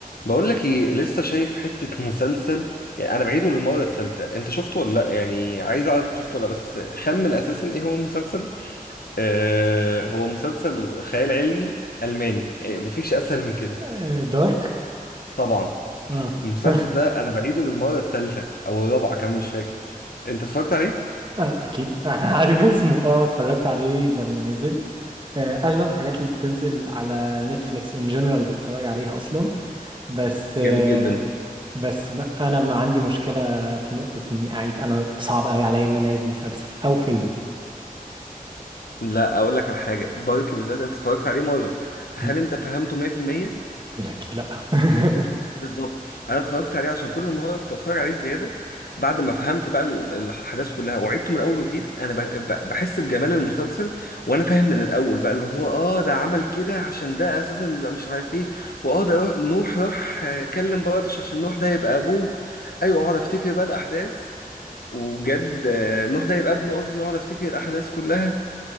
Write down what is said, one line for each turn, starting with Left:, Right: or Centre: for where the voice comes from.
Left: بقول لك ايه لسه شايف حتة مسلسل يعني انا بعيده للمرة التالتة انت شفته ولا لا يعني عايز اعرف انت شفته ولا لأ، بس خمن اساسا ايه هو المسلسل آه هو مسلسل خيال علمي الماني يعني مفيش اسهل من كده
Right: آه، دارك
Left: طبعا
Right: اه
Left: المسلسل
Right: <laughs>
Left: ده انا بعيده للمرة التالتة او الرابعة كمان مش فاكر انت اتفرجت عليه
Right: آه، اكيد <laughs> آه، عارف اسمه اه اتفرجت عليه لما نزل آه، اغلب الحاجات اللي بتنزل على نتفليكس ان جنرال بتفرج عليها اصلا بس آه،
Left: جامد جدا ده
Right: بس ما انا ما عندي مشكله في نقطه اني اعيد انا صعب قوي عليا ان انا اعيد مسلسل او فيلم
Left: لا اقول لك على حاجة دارك بالذات انت اتفرجت عليه مرة هل
Right: مم،
Left: انت فهمته 100%
Right: اكيد لا <laughs>
Left: بالظبط انا اتفرجت عليه عشان كل مره كنت اتفرج عليه زياده بعد ما فهمت بقى ال- الاحداث كلها وعدته من الاول وجديد انا ب- ب- بحس بجمال المسلسل وانا فاهم من الاول بقى اللي هو اه ده عمل كده عشان ده اساسا يبقى مش عارف ايه واه ده روح- نوح راح آه، كلم بارتش عشان نوح ده يبقى ابوه ايوه اقعد افتكر بقى الاحداث وبجد آه، نوح ده يبقى ابنه قصدي واقعد افتكر الاحداث كلها